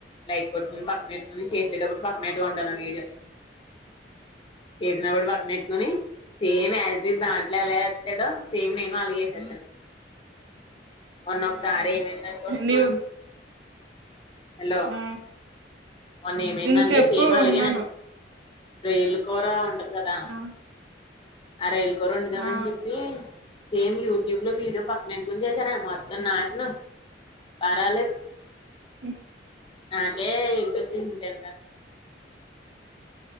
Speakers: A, on the left; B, on the right.
A: లైక్ కొట్టుకుని పక్కన పెట్టుకొని చే చేసేటపుడు పక్కన కుంటాను వీడియో చేసినప్పుడు పక్కన పెట్టుకుని సేమ్ యాజ్ దాంట్లో అలాగస్తాడుో సేమ్ నేను అలాగేసా మొన్న ఒకసారి ఏమైంది అనుకుంటున్నావ్
B: నీవు
A: హలో
B: ఆ
A: మోన్న ఏమైందంటే
B: నేను చెప్పు
A: సేమ్ అలాగేనా
B: ఉన్నాను
A: రోయల కూర ఉంటది కదా
B: ఆ
A: ఆ రైల కొరండుదామని
B: ఆ
A: చెప్పి సేమ్ యూట్యూబ్ లో వీడియో పక్కన పెట్టుకుొని చేసాను మొత్తం నాశనం బా రాలేదు
B: హ
A: నాకే ఎగుట వచ్చేసింది తింటంటే